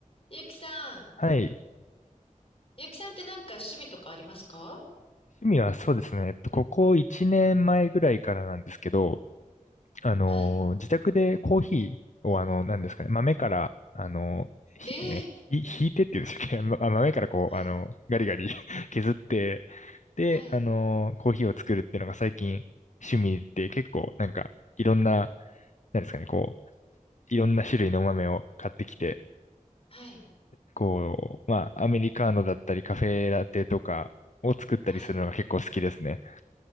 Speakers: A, on the left; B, on the left.
A: ゆうきさん、
B: はい。
A: ゆうきさんってなんか趣味とかありますか
B: 趣味はそうですね。えっと、ここ1年前ぐらいからなんですけど、あのー、
A: はい。
B: 自宅でコーヒーを、あの、なんですかね、豆から、あの、ひ、
A: ええ
B: えーひ、ひいてっていうんでしたっけ <laughs> まあ豆からこう、
A: はい、
B: あの、ガリガリ <laughs> 削って、で、
A: はい、
B: あのー、コーヒーを作るっていうのが最近趣味で結構なんか、いろんな、なんですかね、こう、いろんな種類のお豆を買ってきて、
A: はい、
B: こう、まあ、アメリカーノだったり、カフェラテとかを作ったりするのが結構好きですね。
A: はい。